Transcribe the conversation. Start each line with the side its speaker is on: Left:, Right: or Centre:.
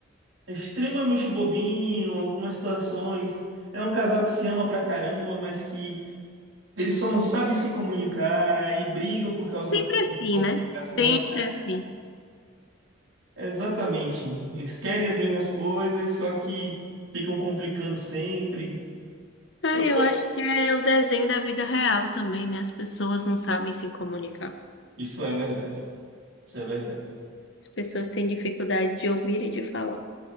Right: é extremamente bobinho, algumas situações. É um casal que se ama pra caramba, mas que eles só não sabem se comunicar e brigam por causa
Left: É Sempre
Right: da falta
Left: assim,
Right: de comunicação.
Left: né? Sempre assim.
Right: Exatamente. Eles querem as mesmas coisas, só que ficam complicando sempre.
Left: Ah,
Right: Eu-
Left: eu acho que é o desenho da vida real também, né? As pessoas não sabem se comunicar.
Right: Isso é verdade. Isso é verdade.
Left: As pessoas têm dificuldade de ouvir e de falar.